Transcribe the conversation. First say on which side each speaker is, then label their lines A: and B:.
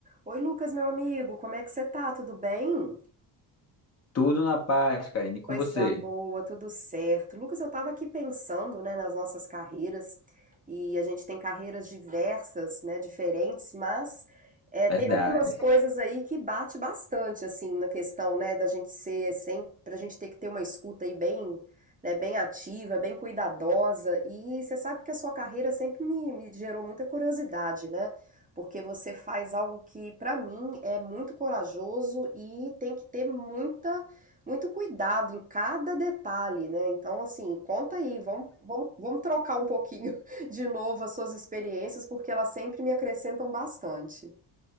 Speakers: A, on the right (about 20°); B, on the left (about 35°).
A: Oi, Lucas, meu amigo, como é que você tá? Tudo bem?
B: Tudo na paz, Karina, e
A: Coisa
B: com você?
A: boa, tudo certo. Lucas, eu estava aqui pensando, né, nas nossas carreiras, e a gente tem carreiras diversas, né, diferentes, mas é, tem
B: Verdade,
A: algumas coisas aí que bate bastante, assim, na questão, né, da gente ser sempre, pra gente ter que ter uma escuta aí bem, né, bem ativa, bem cuidadosa, e você sabe que a sua carreira sempre me, me gerou muita curiosidade, né, porque você faz algo que, pra mim, é muito corajoso e tem que ter muita muito cuidado em cada detalhe, né, então assim, conta aí, vamos vamos vamos trocar um pouquinho <laughs> de novo as suas experiências, porque elas sempre me acrescentam bastante.